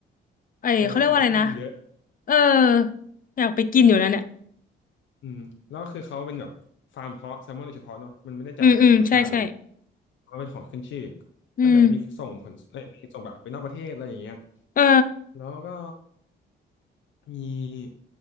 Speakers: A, on the left; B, on the left.
A: ไอ้เขาเรียกว่าอะไรนะ
B: อ่าของที่มันเยอะ
A: เอออยากไปกินอยู่นะเนี่ย
B: อืมแล้วก็คือเขาเป็นแบบฟาร์มเพาะแซลมอนโดยเฉพาะเนาะมันไม่ได้จับมาจากธรรมชาติอะไรอย่างเงี้ย
A: อืมอืมใช่ใช่
B: เพราะว่าเป็นของขึ้นชื่อ
A: อืม
B: ก็แบบมีส่งขนเอ้ยมีส่งแบบไปนอกประเทศอะไรอย่างเงี้ย
A: เออ
B: แล้วก็มี